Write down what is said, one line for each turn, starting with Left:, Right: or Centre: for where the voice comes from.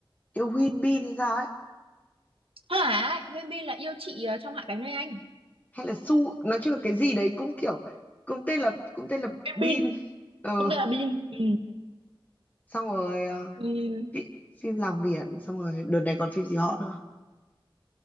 Left: yêu Win Bin hay sao ấy
Right: Hả? Huyên Bin là yêu chị ờ, trong Hạ cánh nơi anh.
Left: hay là Su nói chung là cái gì đấy cũng kiểu cũng tên là cũng tên là
Right: Huyên
Left: Bin
Right: Bin
Left: ờ
Right: cũng tên là Bin. Ừ.
Left: xong rồi ờ,
Right: Ừ.
Left: phim, phim làng biển xong rồi đợt này còn phim gì hot nữa